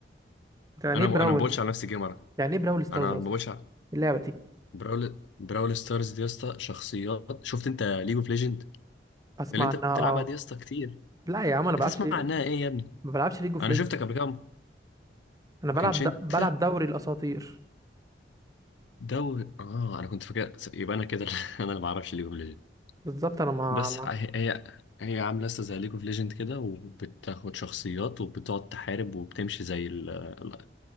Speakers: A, on the right; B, on the left.
A: أنت يعني
B: انا
A: ايه
B: ب...
A: براول
B: انا ما بقولش على نفسي جيمر
A: يعني ايه براول ستارز
B: انا
A: اصلا
B: ما بقولش
A: اللعبة دي
B: براول براول ستارز دي يا اسطى شخصيات شفت انت ليج اوف ليجند
A: اسمع
B: اللي انت
A: عنها
B: بتلعبها
A: اه
B: دي يا اسطى كتير
A: لا يا عم انا بلعبش
B: بتسمع عنها ايه يا ابني
A: ما بلعبش ليج اوف
B: انا
A: ليجند
B: شفتك قبل كده ما
A: انا بلعب
B: كانش
A: د...
B: انت
A: بلعب دوري الاساطير
B: دوري اه انا كنت فاكر يبقى انا كده <laughs> انا اللي ما اعرفش ليج اوف ليجند
A: بالظبط انا مع
B: بس
A: مع
B: هي هي هي عامله لسه زي ليج اوف ليجند كده وبتاخد شخصيات وبتقعد تحارب وبتمشي زي ال... ال-